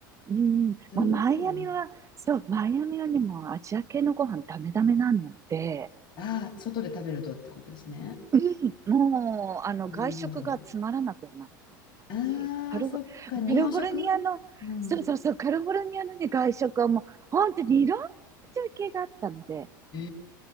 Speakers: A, on the right (about 30°); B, on the left (about 45°).
A: うん、
B: すごい。
A: まあ、マイアミは、そう、マイアミはね、もうアジア系のご飯ダメダメなので、
B: ああ、外で食べるとってことですね。
A: うんもう、あの、
B: なるほど。
A: 外食がつまらなくなった感じ。
B: ああ、
A: カルフ、
B: そっか、
A: カリフォルニアの、
B: 日本食うん。
A: そうそうそう、カリフォルニアのね、外食はもう、本当にいろんな中継があったので、
B: え